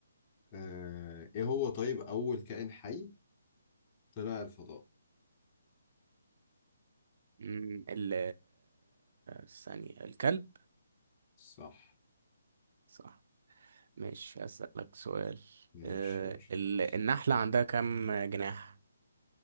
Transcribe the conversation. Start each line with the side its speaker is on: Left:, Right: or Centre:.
Left: آه، ايه هو طيب اول كائن حي طلع الفضاء
Right: مم، ال ثانية الكلب
Left: صح
Right: صح ماشي أسألك سؤال
Left: ماشي
Right: أه
Left: يا باشا
Right: ال...
Left: دوس
Right: النحلة عندها كم جناح؟